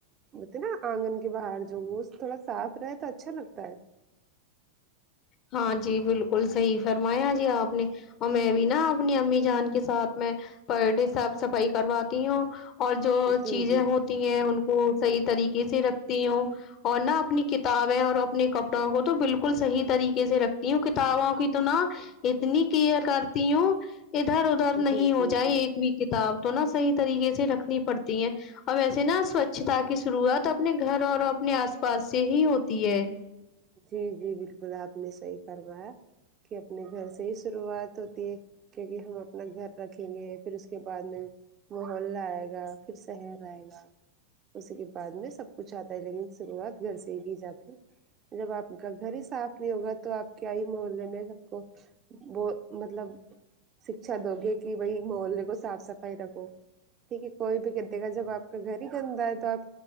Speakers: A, on the right (about 25°); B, on the left (about 35°).
A: بولتے نا انگن کے باہر جو وہ تھوڑا صاف رہے تو اچھا لگتا ہے
B: ہاں جی بالکل صحی فرمایا جی اپ نے اور میں بھی نا اپنی امی جان کے ساتھ میں پر ڈے صاف صفائی کرواتی ہوں اور جو
A: جی
B: چیزیں
A: جی
B: ہوتی ہیں ان کو ساہی طریقے سے رکھتی ہوں اور نہ اپنی کتابیں اور اپنے کپڑوں کو تو بالکل صحیح طریقے سے رکھتی ہوں کتابوں کی تو نا اتنی کلیر کرتی ہوں ادھر اودھر نہیں
A: جی
B: ہو
A: جی
B: جائے
A: جی
B: ایک بھی کتاب تو نا صحیح طریقے سے رکھنی پڑتی ہے اور ویسے نا سوچھتا کی شروعات اپنے گھر اور اپنے اس پاس سے ہی ہوتی ہے
A: جی جی بالکل اپ نے ساہی فرمایا کہ اپنے گھر سے ہی شروعات ہوتی ہے کیو کہ ہم اپنا گھر رکھیں گے پھر اس کے بعد میں محلہ ائے گا پھر سحر ائے گا اسی کے بعد میں سب کچھ اتا ہے لیکن شروعات گھر سے ہی کی جاتی جب اپ کا گھر ہی صاف نہیں ہوگا تو اپ کیا ہی محلہ میں سب کو وہ مطلب شکشاہ دو گے کہ بائی محلے کو صاف صفائی رکھو ٹھیک ہے کوئی بھی دےگھےگا جب اپ کا گھر ہی گندا ہے تو اپ